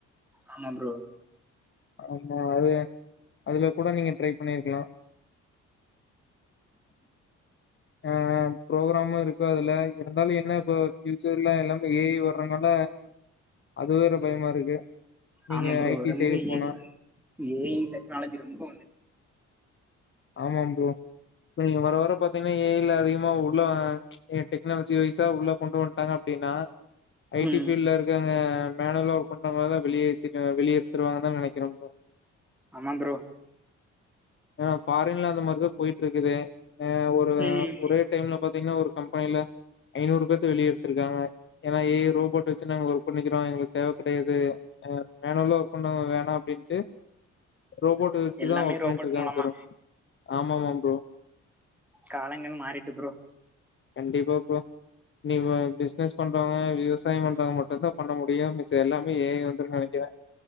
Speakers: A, in the centre; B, on the left (about 40°).
A: ஆமா ப்ரோ
B: ஆமா அது அதுல கூட நீங்க ட்ரை பண்ணி இருக்கலா ஆ ஆ ப்ரோக்ராமு இருக்கு இப்போ அதுல இருந்தாலு என்ன இப்போ பியூச்சர்ல எல்லாமே ஏ ஐ வர்றதுனால அது வேற பயமா இருக்கு நீங்க
A: ஆமா ப்ரோ
B: ஐ டி
A: ரெம்ப
B: சைடு
A: ஏ
B: போனா
A: ஐ ஏ ஐ டெக்னாலஜி ரெம்போ
B: ஆமா ப்ரோ இப்ப நீங்க வர வர பாத்தீங்கனா ஏ ஐ ல அதிகமா உள்ள டெக்னாலஜி வய்சா உள்ள கொண்டு வந்துட்டாங்க அப்டினா ஐ
A: ம்
B: டி பீட்ல இங்க மேலல ஒர்க் பண்றவங்கள தா வெளியே வெளிய எடுத்துடுவாங்கனு தா நெனக்குறே ப்ரோ
A: ஆமாம் ப்ரோ
B: ஏன்னா ஃபாரின்ல அந்த மாரிதா போயிட்டு இருக்குது ஆ ஒரு
A: ம்
B: ஒரே டைம்ல பாத்தீங்கனா ஒரு கம்பெனில ஐநூறு பேத்தா வெளிய எடுத்துருக்காங்க ஏன்னா ஏ ஐ ரோபோட் வச்சு நாங்க ஒர்க் பண்ணிக்குறோ எங்களுக்கு தேவ கெடயாது ஆ மேல உள்ள ஒர்க் பண்ணறவங்க வேணா அப்டின்ட்டு ரோபோட் வச்சு
A: எல்லாமே
B: தா ஒர்க்
A: ரோபோட்
B: பண்ணிட்டு இருக்காங்க
A: மூலமா
B: ப்ரோ ஆமா ஆமா ப்ரோ
A: காலங்கள் மாறிட்டு ப்ரோ
B: கண்டிப்பா ப்ரோ நீ பிசினஸ் பண்றவாங்க விவசாயம் பண்றவாங்க மட்டுதா பண்ண முடியு மிச்ச எல்லாமே ஏ ஐ வந்துருன்னு நெனக்குறே